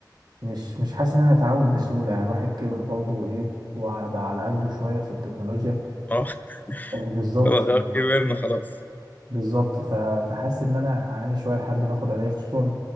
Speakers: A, on the right; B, on the left.
A: مش مش حاسس إن أنا هتعود بسهولة يعني الواحد كبر برضه وإيه وعلى بقى على قده شوية في التكنولوجيا
B: اه <laughs>
A: بالظبط
B: خلاص
A: يعني
B: آه، كبرنا خلاص
A: بالظبط ف- فحاسس إن أنا هعاني شوية لحد ما آخد عليه خصوصا